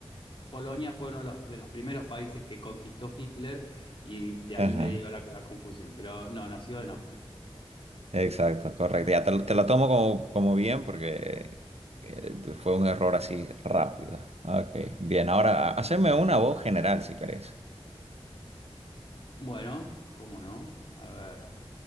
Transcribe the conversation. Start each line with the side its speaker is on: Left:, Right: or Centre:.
Left: Polonia fue uno de los, de los primeros países que conquistó Hitler y de ahí
Right: ajá,
Left: me dio la, la confusión, pero no, nació en Austria.
Right: exacto, correcto. Ya te, lo- te la tomo como, como bien porque eh, fue un error así rápido. Ok, bien. Ahora, ha- haceme una voz general si querés.
Left: Bueno, ¿cómo no? A ver,